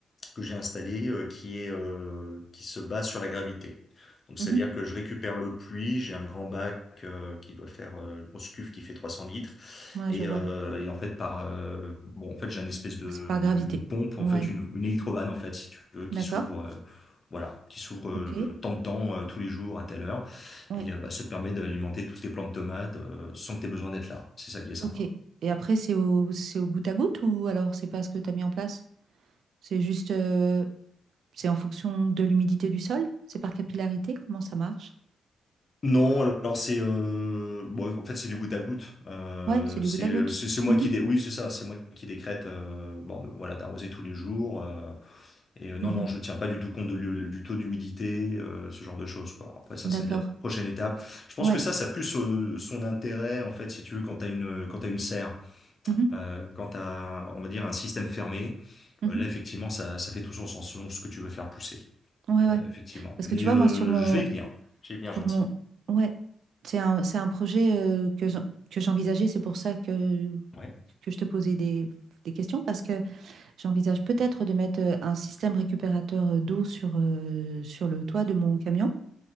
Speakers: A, on the left; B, on the right.
A: que j'ai installé euh, qui est euh, qui se base sur la gravité. Donc
B: mhm.
A: c'est-à-dire que je récupère l'eau de pluie, j'ai un grand bac euh, qui doit faire euh, une grosse cuve qui fait 300 litres
B: Ouais,
A: et,
B: je vois.
A: euh, et en fait par euh, bon en fait j'ai une espèce de
B: Oh, C'est par gravité.
A: une pompe en
B: Ouais,
A: fait une, une électrovanne en fait si tu veux qui
B: d'accord.
A: s'ouvre euh, voilà qui s'ouvre euh,
B: Ok.
A: tant de temps euh, tous les jours à telle heure
B: Ouais,
A: et euh, bah, ça te permet d'alimenter toutes tes plantes de tomates euh, sans que tu aies besoin d'être là. C'est ça qui est sympa.
B: ok. Et après, c'est au, c'est au goutte à goutte ou alors c'est pas ce que tu as mis en place? C'est juste, euh, c'est en fonction de l'humidité du sol? C'est par capillarité? Comment ça marche?
A: Non, alors c'est euh, bon, en fait c'est du goutte à goutte. Euh,
B: Ouais, c'est du
A: c'est
B: goutte à goutte.
A: c'est c'est moi
B: Mhm,
A: qui dé... oui c'est ça, c'est moi qui décrète euh, bon de- voilà d'arroser tous les jours euh, et euh, non
B: mhm.
A: non je tiens pas du tout compte de l'hu- du taux d'humidité euh, ce genre de choses quoi. Après ça
B: D'accord.
A: c'est la prochaine étape. Je pense
B: Ouais.
A: que ça ça a plus euh, son intérêt en fait si tu veux quand t'as une quand t'as une serre
B: Mhm.
A: euh, quand t'as un- on va dire un système fermé.
B: Mhm.
A: euh, Là, effectivement, ça, ça fait tout son sens selon ce que tu veux faire pousser,
B: Ouais, ouais.
A: euh, effectivement.
B: Parce
A: Mais
B: que tu vois,
A: euh,
B: moi, sur mon,
A: je vais y venir. Je vais y venir
B: sur
A: gentiment.
B: mon, ouais, c'est un, c'est un projet euh, que, j'en- que j'envisageais. C'est pour ça que,
A: Ouais.
B: que je te posais des, des questions parce que j'envisage peut-être de mettre euh, un système récupérateur euh, d'eau sur, euh, sur le toit de mon camion